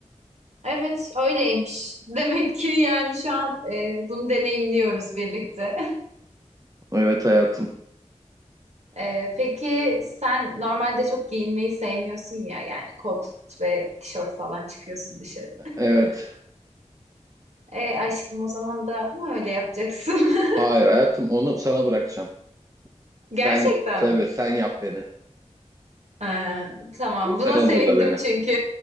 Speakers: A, on the right; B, on the right.
A: Evet, öyleymiş. <laughs> Demek ki yani şu an e, bunu deneyimliyoruz birlikte. <laughs>
B: Evet hayatım.
A: E, peki sen normalde çok giyinmeyi sevmiyorsun ya yani kot ve tişört falan çıkıyorsun dışarı.
B: Evet.
A: E aşkım o zaman da mı öyle yapacaksın? <laughs>
B: Hayır hayatım onu sana bırakacağım.
A: Gerçekten
B: Sen tabii
A: mi?
B: sen yap beni.
A: Ha, tamam,
B: Sen
A: buna
B: hazırla
A: sevindim
B: beni.
A: çünkü.